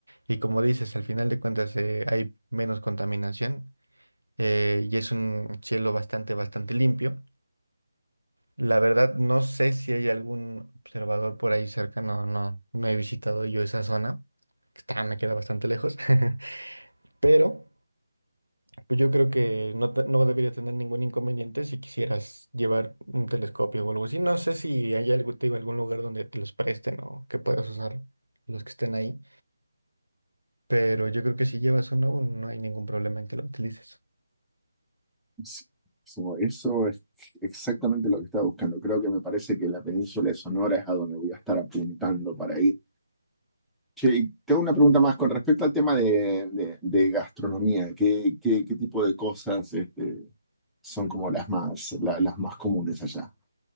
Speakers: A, on the right; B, in the centre.
A: Y como dices, al final de cuentas eh, hay menos contaminación eh, y es un cielo bastante, bastante limpio. La verdad, no sé si hay algún observador por ahí cerca, no, no, no he visitado yo esa zona, que está- me queda bastante lejos, <laughs> pero pues yo creo que no, te- no debería tener ningún inconveniente si quisieras llevar un telescopio o algo así. No sé si hay algo, te digo, algún lugar donde te los presten o que puedas usar los que estén ahí, pero yo creo que si llevas uno, no hay ningún problema en que lo utilices.
B: Sí, Eso, eso es exactamente lo que estaba buscando. Creo que me parece que la península de Sonora es a donde voy a estar apuntando para ir Che, y te hago una pregunta más con respecto al tema de, de- de gastronomía. ¿Qué, qué- qué tipo de cosas este, son como las más, la- las más comunes allá?